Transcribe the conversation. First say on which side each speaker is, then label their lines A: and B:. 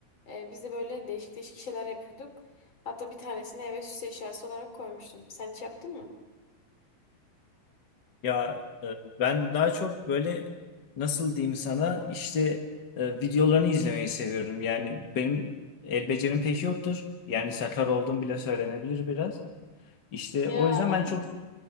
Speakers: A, on the left; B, on the left.
A: eee, biz de böyle değişik değişik şeyler yapıyorduk. Hatta bir tanesini eve süs eşyası olarak koymuştum. Sen hiç yaptın mı?
B: Ya e, ben daha çok böyle nasıl diyeyim sana işte e, videolarını izlemeyi seviyorum. Yani benim el becerim pek yoktur. Yani sakar olduğum bile söylenebilir biraz. İşte
A: Ya
B: o yüzden
A: <laughs>
B: ben çok